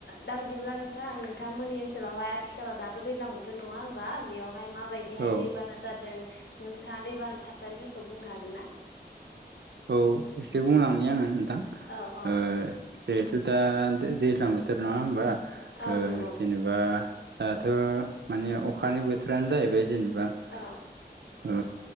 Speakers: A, on the left (about 85°); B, on the right (about 80°).
A: दा बिदिब्ला नोंथां नोंथांमोननि ओनसोलावहाय आथिखालाव दाथ' दैज्लां बोथोर नङा हबा बेयाव बेहाय माबायदिहाय
B: औ
A: दैबाना जादों नोंथाङा दैबानानि थासारिफोरखौ बुंनो हागोन ना?
B: औ एसे बुंलांनि आङो नोंथां
A: औ औ
B: ओ जिहेथु दा दैज्लां बोथोर नङा होमबा
A: औ
B: ओ
A: नंगौ
B: जेनेबा दाथ' माने अखानि बोथोरानो जाहैबाय जेनेबा बा
A: औ
B: ओ